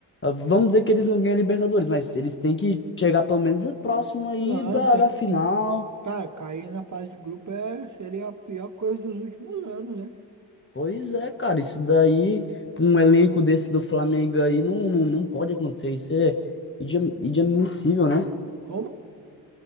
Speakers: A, on the left; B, on the right.
A: Vamos dizer que eles não ganham Libertadores, mas eles têm que chegar pelo menos próximo aí
B: Não,
A: da,
B: tem,
A: da final
B: tem. Cara, cair na fase de grupo é, seria a pior coisa dos últimos anos, né?
A: Pois é, cara, isso daí, pra um elenco desse do Flamengo aí, não, não, não pode acontecer. Isso é idi- inadmissível, né?
B: Como?